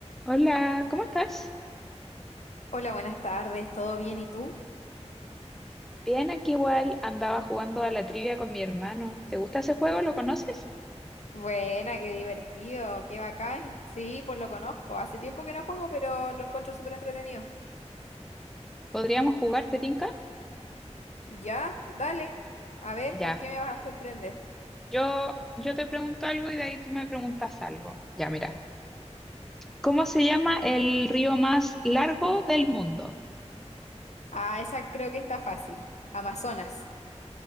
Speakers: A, in the centre; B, on the left.
A: Hola, ¿cómo estás?
B: Hola, buenas tardes, ¿todo bien y tú?
A: Bien, aquí igual andaba jugando a la trivia con mi hermano. ¿Te gusta ese juego? ¿Lo conoces?
B: Buena, qué divertido, qué bacán. Sí, pues lo conozco. Hace tiempo que no juego, pero lo encuentro súper entretenido.
A: ¿Podríamos jugar, te tinca?
B: Ya, dale. A ver,
A: Ya.
B: ¿con qué me vas a sorprender?
A: Yo, yo te pregunto algo y de ahí tú me preguntas algo. Ya, mira. ¿Cómo se llama el río más largo del mundo?
B: Ah, esa creo que está fácil. Amazonas.